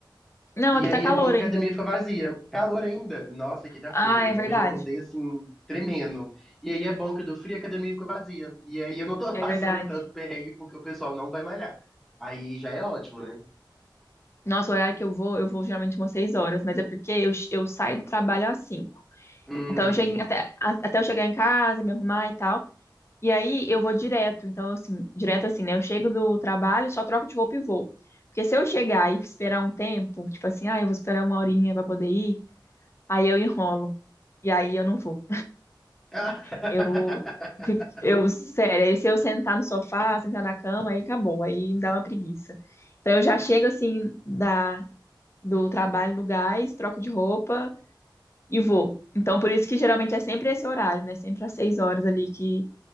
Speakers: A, on the left; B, in the centre.
A: Não,
B: E
A: aqui
B: aí
A: tá calor
B: é bom que a
A: ainda.
B: academia fica vazia. Calor ainda. Nossa, aqui tá
A: Ah,
B: frio, menina.
A: é verdade.
B: Hoje eu acordei assim, tremendo. E aí é bom que do frio a academia fica vazia. E aí eu não tô
A: É
B: <laughs> passando
A: verdade.
B: tanto perrengue porque o pessoal não vai malhar. Aí já é ótimo, né?
A: Nossa, o horário que eu vou, eu vou geralmente umas 6 horas, mas é porque eu, eu saio do trabalho às 5.
B: Hum,
A: Então
B: entendi.
A: eu chego em- até, a- até eu chegar em casa, me arrumar e tal. E aí eu vou direto. Então, assim, direto assim, né? Eu chego do trabalho, só troco de roupa e vou. Porque se eu chegar e esperar um tempo, tipo assim, ah, eu vou esperar uma horinha pra poder ir, Aí eu enrolo. E aí eu não vou.
B: <laughs>
A: Eu, fico- eu, sério, aí se eu sentar no sofá, sentar na cama, aí acabou. Aí me dá uma preguiça. Então eu já chego assim da, do trabalho no gás, troco de roupa e vou. Então por isso que geralmente é sempre esse horário, né? Sempre às seis horas ali que